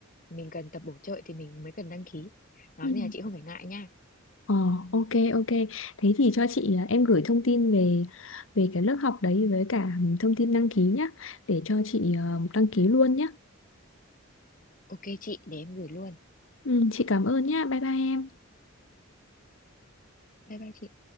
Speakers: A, on the left; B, on the left.
A: mình cần tập bổ trợ thì mình mới cần đăng ký. Đó,
B: Ừ.
A: nên là chị không phải ngại nha.
B: Ờ, ok ok thế thì cho chị à, em gửi thông tin về về cái lớp học đấy với cả thông tin đăng ký nhá để cho chị à, đăng ký luôn nhá
A: Ok chị, để em gửi luôn.
B: ừ, chị cảm ơn nhá bye bye em
A: Bye bye chị.